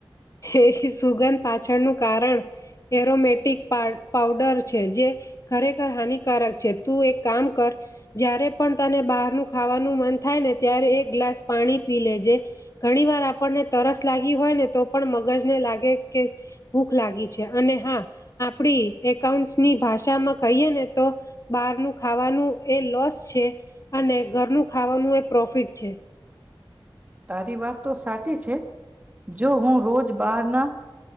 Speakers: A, on the left (about 35°); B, on the right (about 20°).
A: એ સુગંધ પાછળનું કારણ એરોમેટિક પઉડર છે જે ખરેખર હાનિકારક છે તું એક કામ કર જ્યારે પણ તને બહારનું ખાવાનું મન થાય ને ત્યારે એક ગ્લાસ પાણી પી લેજે ઘણી વાર આપણને તરસ લાગી હોય ને તો પણ મગજને લાગે કે ભૂખ લાગી છે અને હા આપડી એકાઉન્ટની ભાષામાં કહીએ ને તો બહારનું ખાવાનું એ લોસ છે અને ઘરનું ખાવાનું એ પ્રોફિટ છે.
B: તારી વાત તો સાચી છે જો હું રોજ બાર ના